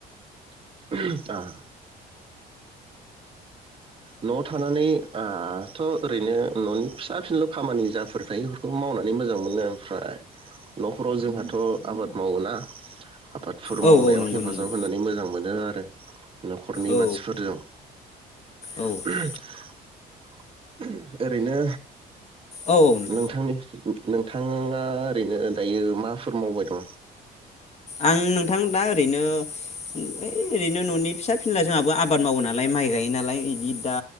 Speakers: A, on the right; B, on the left.
A: <unintelligible> आ न'आव थानानै ओ थ' ओरैनो न'नि फिसा फिनल' खामानि जाफोर थायोफोरखौ मावनानै मोजां मोनो ओमफ्राय न'खराव जोंहाथ' आबाद मावो ना आबादफोर
B: औ
A: मावनायाव
B: औ नंगौ
A: हेफाजाब
B: नंगौ
A: होनानै मोजां मो नो आरो न'खरनि
B: औ
A: मानसिफोरजों <unintelligible>
B: औ
A: ओरैनो
B: औ नोंथां
A: नोंथांनि नोंथाङा ओरैनो दायो माफोर मावबाय दं
B: आं नोंथां दा ओरैनो ओइ ओरैनो न'नि फिसा फिनला जोंहाबो आबाद मावो नालाय माइ गायो नालाय बिदि दा